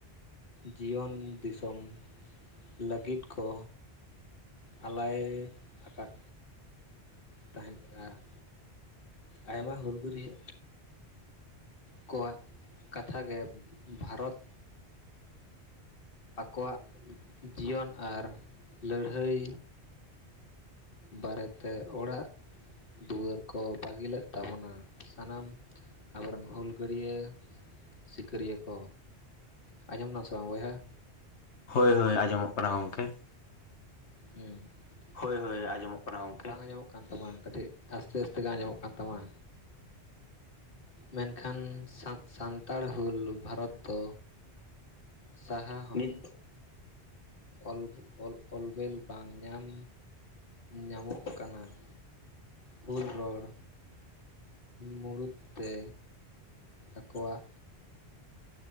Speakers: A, on the left (about 55°); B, on the left (about 85°).
A: ᱡᱤᱭᱚᱱ ᱫᱤᱥᱚᱢ, ᱞᱟᱹᱜᱤᱫ ᱠᱚ ᱟᱞᱟᱭ ᱟᱠᱟᱫ ᱛᱟᱦᱮᱱ ᱵᱮᱲᱟ ᱟᱭᱢᱟ ᱦᱩᱞ ᱜᱟᱹᱨᱭᱟᱹ ᱠᱚᱣᱟᱜ ᱠᱟᱛᱷᱟ ᱜᱮ ᱵᱷᱟᱨᱚᱛ ᱟᱠᱚᱣᱟᱜ ᱡᱤᱭᱚᱱ ᱟᱨ ᱞᱟᱹᱲᱦᱟᱹᱭ, ᱥᱟᱲᱮᱛᱮ ᱚᱲᱟᱜ ᱫᱩᱣᱟᱹᱨ ᱠᱚ ᱵᱟᱹᱜᱤ ᱞᱮᱫ ᱛᱟᱦᱮᱱᱟ ᱥᱟᱱᱟᱢ, ᱟᱵᱚᱨᱮᱱ ᱦᱩᱞᱜᱟᱹᱨᱭᱟᱹ ᱥᱤᱠᱟᱹᱨᱤᱭᱟᱹ ᱠᱚ, ᱟᱸᱡᱚᱢ ᱫᱟᱢ ᱥᱮ ᱵᱟᱝ ᱵᱚᱭᱦᱟ?
B: ᱦᱳᱭ ᱦᱳᱭ ᱟᱡᱚᱢᱚᱜ ᱠᱟᱱᱟ ᱜᱚᱝᱠᱮ,
A: ᱦᱩᱸ ᱦᱳᱭ ᱦᱳᱭ ᱟᱡᱚᱢᱚᱜ ᱠᱟᱱᱟ ᱜᱚᱝᱠᱮ, ᱵᱟᱝ ᱟᱸᱡᱚᱢᱚᱜ ᱠᱟᱱ ᱛᱟᱢᱟ ᱠᱟᱹᱴᱤᱡ ᱟᱥᱛᱮ ᱟᱥᱛᱮ ᱜᱮ ᱟᱸᱡᱚᱢᱚᱜ ᱠᱟᱱ ᱛᱟᱢᱟ, ᱢᱮᱱᱠᱷᱟᱱ ᱥᱟᱱ ᱥᱟᱱᱛᱟᱲ ᱦᱩᱞ, ᱵᱷᱟᱨᱚᱛ ᱫᱚ ᱥᱟᱦᱟ ᱦᱟᱢᱤᱞ ᱚᱞ ᱚᱞ ᱚᱞᱵᱮᱞ ᱵᱟᱝ ᱧᱟᱢ ᱧᱟᱢᱚᱜ ᱠᱟᱱᱟ ᱾ ᱦᱩᱞ ᱨᱚᱲ ᱢᱩᱬᱩᱫ ᱛᱮ ᱟᱠᱚᱣᱟᱜ